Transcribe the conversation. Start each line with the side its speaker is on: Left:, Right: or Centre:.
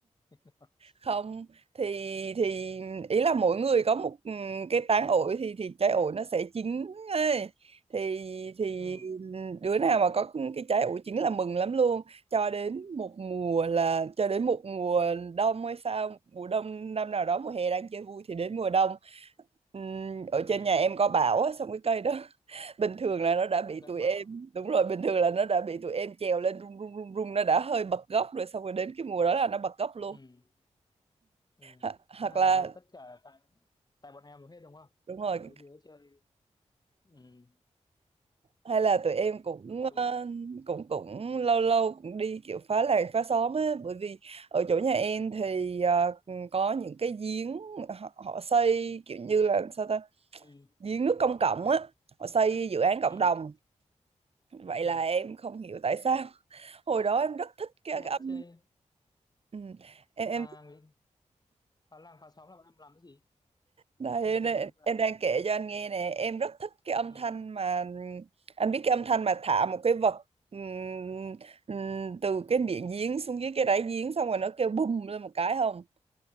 Left: <laughs>
Right: không thì thì ý là mỗi người có một ừ, cái tán ổi thì thì trái ổi nó sẽ chín ấy. thì thì
Left: ừ
Right: đứa nào mà có cái trái ổi chín là mừng lắm luôn cho đến một mùa là cho đến một mùa đông hay sao mùa đông năm nào đó mùa hè đang chơi vui thì đến mùa đông ừm, ở
Left: ừ
Right: trên nhà em có bão á, xong cái cây đó <laughs> bình thường là nó đã
Left: nó
Right: bị
Left: gãy
Right: tụi
Left: mất
Right: em đúng rồi bình thường là nó đã bị tụi em trèo lên rung rung rung rung nó đã hơi bật gốc rồi xong rồi đến cái mùa đó là nó bật gốc
Left: ừ
Right: luôn
Left: ừ
Right: Ho hoặc
Left: thế là,
Right: là
Left: là tất cả tại tại bọn em hết đúng không
Right: đúng
Left: tại
Right: rồi
Left: mấy đứa chơi ừ
Right: hay là tụi em cũng
Left: Hồi-
Right: ờ, cũng cũng lâu lâu cũng đi kiểu phá làng phá xóm á bởi vì ở chỗ nhà em thì ờ, có những cái giếng họ, họ xây kiểu như là sao ta
Left: ừ
Right: giếng nước công cộng á họ xây dự án
Left: ừ
Right: cộng đồng vậy
Left: ừ
Right: là em không hiểu tại sao <laughs> hồi đó em rất thích cái,
Left: tức là
Right: cái âm
Left: chơi
Right: ừ. em em
Left: à nghĩ- phá làng phá xóm là bọn em làm cái gì
Right: Đây,
Left: anh chưa hình dung
Right: nè,
Left: mà em làm
Right: em
Left: cái
Right: đang
Left: gì
Right: kể cho anh nghe nè, em rất thích cái âm
Left: ừ
Right: thanh mà anh biết cái âm thanh mà thả một cái vật ừm, ừm, từ cái miệng giếng xuống dưới cái đáy giếng xong rồi nó kêu bùm lên một cái không?